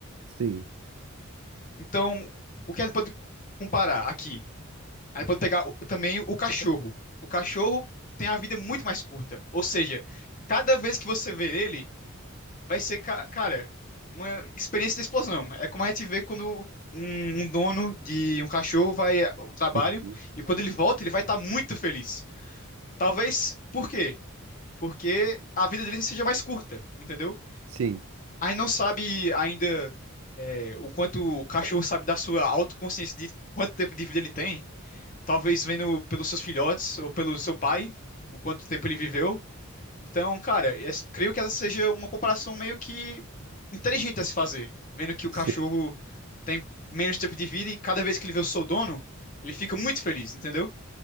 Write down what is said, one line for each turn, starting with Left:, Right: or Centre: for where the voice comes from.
Right: Sim.
Left: Então, o que a gente pode comparar aqui? A gente pode pegar o- também o cachorro. O cachorro tem a vida muito mais curta, ou seja, cada vez que você ver ele vai ser, ca- cara, uma experiência de explosão. É como a gente vê quando um, um dono de um cachorro vai ao trabalho
Right: Uhum.
Left: e quando ele volta, ele vai estar muito feliz. Talvez, por quê? Porque a vida dele seja mais curta, entendeu?
Right: Sim.
Left: A gente não sabe ainda é, o quanto o cachorro sabe da sua autoconsciência de quanto tempo de vida ele tem. Talvez vendo pelos seus filhotes ou pelo seu pai, o quanto tempo ele viveu. Então, cara, es- creio que essa seja uma comparação meio que inteligente a se fazer, vendo que o cachorro
Right: Sim.
Left: tem menos tempo de vida e cada vez que ele vê o seu dono, ele fica muito feliz, entendeu?